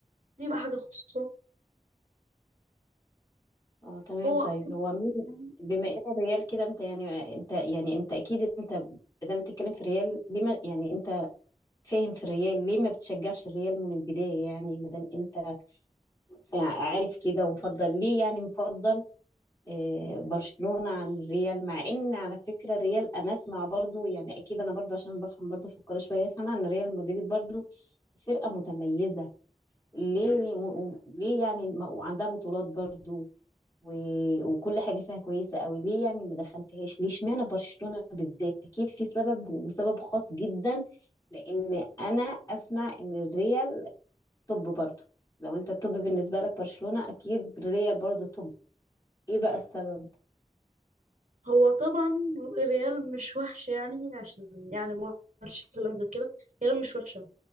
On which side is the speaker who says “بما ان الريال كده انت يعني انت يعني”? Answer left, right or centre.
Left